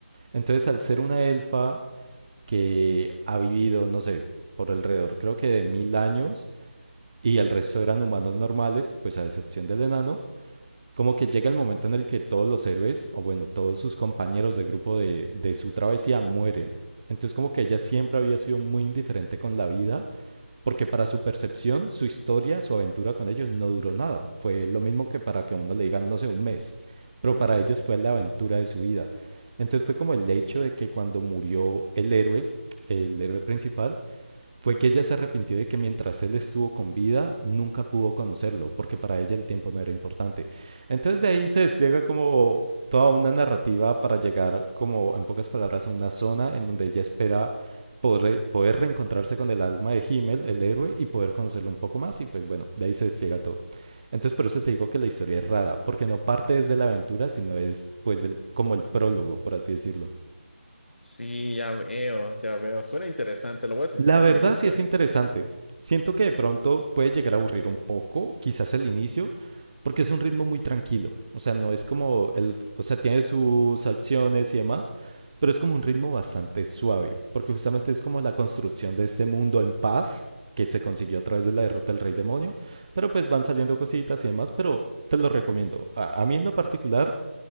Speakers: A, on the right; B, on the left.
A: Entonces, al ser una elfa que ha vivido, no sé, por alrededor creo que de mil años, y el resto eran humanos normales, pues a excepción del enano, como que llega el momento en el que todos los héroes, o bueno, todos sus compañeros de grupo de, de su travesía mueren. Entonces como que ella siempre había sido muy indiferente con la vida, porque para su percepción, su historia, su aventura con ellos no duró nada. Fue lo mismo que para que uno le digan, no sé, un mes. Pero
B: ujú.
A: para ellos fue la aventura de su vida. Entonces fue como el hecho de que cuando murió el héroe, el héroe principal, fue que ella se arrepintió de que mientras él estuvo con vida nunca pudo conocerlo, porque para ella el tiempo no era importante. Entonces de ahí se despliega como toda una narrativa para llegar como en pocas palabras a una zona en donde ella espera poder, re- poder reencontrarse con el alma de Himmel, el héroe, y poder conocerlo un poco más y pues bueno, de ahí se despliega todo. Entonces por eso te digo que la historia es rara, porque no parte desde la aventura, sino es pues del, como el prólogo, por así decirlo.
B: Sí, ya veo, ya veo. Suena interesante, lo voy a poner
A: La verdad
B: en mi lista.
A: sí es interesante. Siento que de pronto puede llegar a aburrir un poco, quizás el inicio, porque es un ritmo muy tranquilo. O sea, no es como el, o sea, tiene sus acciones y demás, pero es como un ritmo bastante suave, porque justamente es como la construcción de este mundo en paz que se consiguió a través de la derrota del Rey Demonio, pero pues van saliendo cositas y demás, pero te lo recomiendo. A, a mí en lo particular